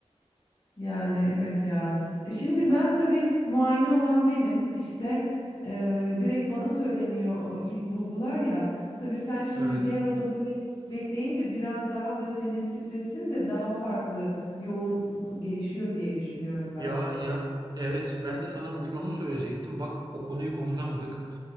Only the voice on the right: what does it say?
Evet.
Ya
ya evet ben de sana bugün onu söyleyecektim. Bak o konuyu konuşamadık.